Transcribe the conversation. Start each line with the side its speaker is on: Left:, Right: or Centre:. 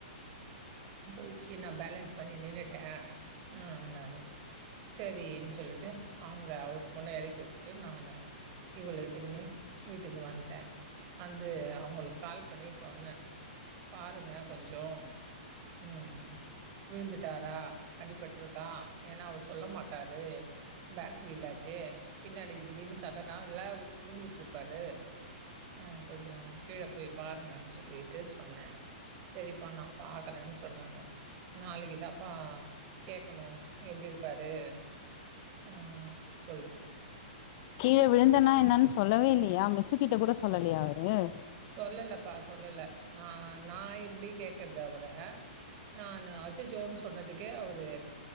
Right: போயிச்சு நா பேலன்ஸ் பண்ணி நின்னுட்டேன் உன்னாரு சரின் சொல்லிட்டு அங்க அவரு பொண்ண எறக்கி வுட்டுட்டு நானு இவள இட்டுக்கின்னு வீட்டுக்கு வன்ட்டே அந்து அவுங்களுக்கு கால் பண்ணி சொன்னே பாருங்க கொஞ்சோ ம் விழுந்துட்டுரா அடிபட்டுருக்கா ஏன்னா அவ்ரு சொல்ல மாட்டாரு பேக் வீலாச்சே பின்னாடி திடீர்னு சடன்னா ல விழுந்துட்டு இருப்பாரு ஆ கொஞ்சோ கீழ போய் பாருங்கன்னு சொல்லிட்டு சொன்னே செரிப்பா நா பாக்குறேன்னு சொன்னாங்க நாளைக்குதான்ப்பா கேகணு எப்டி இருக்காரு ம் ம் சொல்ட்டு
Left: கீழ விழுந்தனா என்னன்னு சொல்லவே இல்லையா மிஸ்ஸு கிட்ட கூட சொல்லலையா
Right: சொ
Left: அவ்ரு
Right: சொல்லலப்பா சொல்லல நா நா எப்டி கேக்குறது அவ்ர நானு அச்சச்சோன்னு சொன்னதுக்கு அவ்ரு